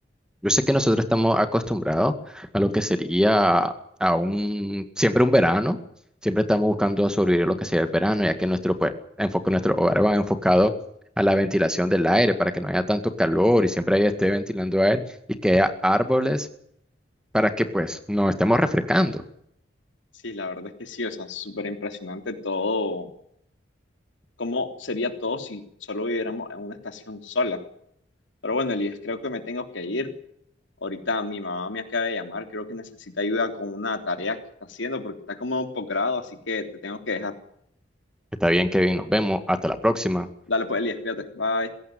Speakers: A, in the centre; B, on the left.
A: yo sé que nosotros estamos acostumbrados a lo que sería a un, siempre un verano, siempre estamos buscando sobrevivir lo que sería el verano, ya que nuestro pues, enfoque, nuestro hogar va enfocado a la ventilación del aire para que no haya tanto calor y siempre ahí esté ventilando aire y que haya árboles para que pues nos estemos refrescando.
B: Sí, la verdad es que sí, o sea, súper impresionante todo. ¿Cómo sería todo si solo viviéramos en una estación sola? Pero bueno, Elías, creo que me tengo que ir. Ahorita mi mamá me acaba de llamar, creo que necesita ayuda con una tarea que está haciendo porque está como en un posgrado, así que te tengo que dejar.
A: Está bien, Kevin, nos vemos, hasta la próxima.
B: Dale pues, Elías, cuídate. Bye.